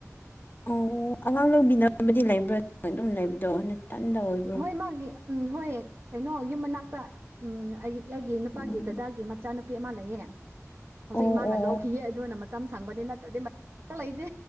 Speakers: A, on the left; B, on the right.
A: ꯑꯣ ꯑꯉꯥꯡ ꯂꯧꯕꯤꯅꯕꯗꯤ ꯂꯩꯕ꯭ꯔꯥ ꯑꯗꯨꯝ ꯂꯩꯕꯗꯣ ꯅꯊꯟꯗ ꯑꯣꯏꯕ꯭ꯔꯣ
B: ꯍꯣꯏ ꯃꯥꯒꯤ ꯎꯝ ꯍꯣꯏ ꯀꯩꯅꯣ ꯌꯨꯝ ꯃꯅꯥꯛꯇ ꯎꯝ ꯑꯩ ꯑꯩꯒꯤ ꯅꯨꯄꯥꯒꯤ
A: ꯎꯝ
B: ꯗꯥꯗꯥꯒꯤ ꯃꯆꯥꯅꯨꯄꯤ ꯑꯃ ꯂꯩꯌꯦ ꯍꯧꯖꯤꯛ
A: ꯑꯣ
B: ꯃꯥꯅ
A: ꯑꯣ ꯑꯣ
B: ꯂꯧꯈꯤꯌꯦ ꯑꯗꯨꯅ ꯃꯇꯝ ꯁꯪꯕꯅꯤ ꯅꯠꯇ꯭ꯔꯗꯤ ꯃꯇꯝ ꯂꯩꯇꯦ